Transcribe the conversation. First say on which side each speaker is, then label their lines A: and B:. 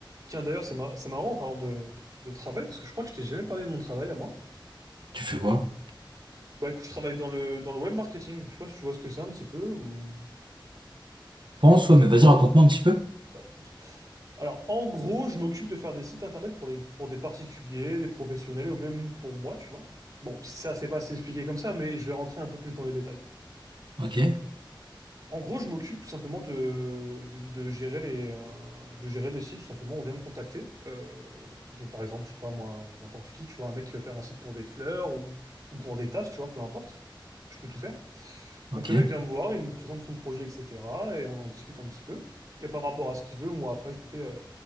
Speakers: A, on the right; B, on the right.
A: Tiens, d'ailleurs, c'est mar- c'est marrant en parlant de, de travail, parce que je crois que je t'ai jamais parlé de mon travail à moi.
B: Tu fais quoi?
A: Bah écoute, je travaille dans le, dans le web marketing. Je sais pas si tu vois ce que c'est un petit peu ou...
B: Je Pense, ouais, mais vas-y, raconte-moi un petit peu.
A: Bah écoute. Alors, en gros, je m'occupe de faire des sites internet pour les, pour des particuliers, des professionnels ou même pour moi, tu vois. Bon, ça, c'est pas assez expliqué comme ça, mais je vais rentrer un peu plus dans les détails.
B: Ok,
A: En gros, je m'occupe tout simplement de, de, de- de gérer les, euh, de gérer les sites. Tout simplement, on vient me contacter. Euh, donc, par exemple, je sais pas moi, euh, n'importe qui, tu vois, un mec qui veut faire un site pour des fleurs ou, ou pour des tasses, tu vois, peu importe. Je peux tout faire.
B: ok,
A: Donc, le mec vient me voir, il me présente son projet, etc. Et on en discute un petit peu. Et par rapport à ce qu'il veut, moi, après, je lui fais, euh,